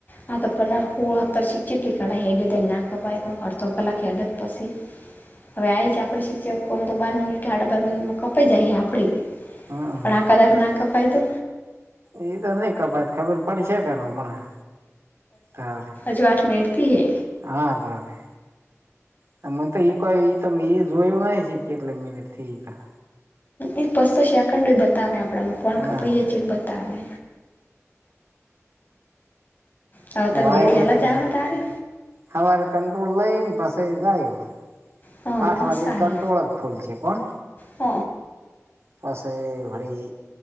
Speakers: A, on the left; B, on the right.
A: પંદર હોલ હતર કા તો માં કપાય પછી? અડધો કલાક હલે તો પછી? હવે આઈ છે આપડી શિક્ષક, ઓમ તો બાર મિનિટ એ હાડા બાર મિનિટ માં કપાઈ જાય આપડે
B: હમ
A: પણ આ કદાક ના કપાય તો
B: એ તો નઈ કબાત ખબર પડશે ને હમણાં તારે
A: હજું આઠ મિનીટ થી હે.
B: હા તારે. ત મન તો ઈ કોઈ ઈ તો મે ઈ જોયું નહીં છેક કેટલી મિનિટ થી ઈ કા
A: એ પસ્તો શ્યાકંડ બતાવે આપણામાં ફોન,
B: હા
A: કપાઈ જાય પહિ બતાવે. તો તમે
B: વાયરો
A: વળી વેળા
B: તો
A: અતારે
B: હવારે કંટ્રોલ લઈન પસી જાયું.
A: હ
B: આઠ વાગે
A: સારું
B: કંટ્રોલ જ ખુલશે કોણ.
A: હ
B: પસી વળી